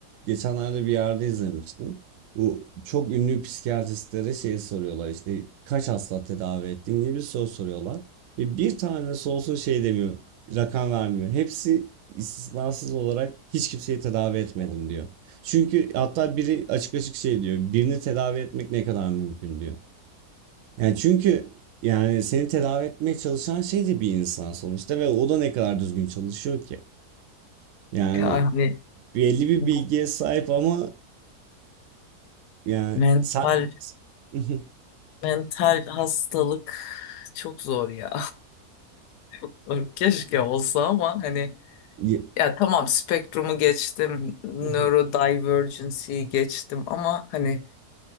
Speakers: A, on the right; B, on the left.
A: geçenlerde bir yerde izlemiştim. Bu çok ünlü psikiyatristlere şeyi soruyorlar işte kaç hasta tedavi ettin gibi bir soru soruyorlar. Ve bir tanesi olsun şey demiyor, rakam vermiyor. Hepsi istisnasız olarak hiç kimseyi tedavi etmedim diyor. Çünkü hatta biri açık açık şey diyor, birini tedavi etmek ne kadar mümkün diyor. Yani çünkü yani seni tedavi etmeye çalışan şey de bir insan sonuçta ve o da ne kadar düzgün çalışıyor ki. Yani
B: Yani
A: belli bir
B: bu
A: bilgiye sahip ama yani
B: mental
A: sa <laughs>
B: mental hastalık çok zor ya. <laughs> Keşke olsa ama hani
A: Ye-
B: Ya tamam spektrumu geçtim, neurodivergency'yi
A: <laughs>
B: geçtim ama hani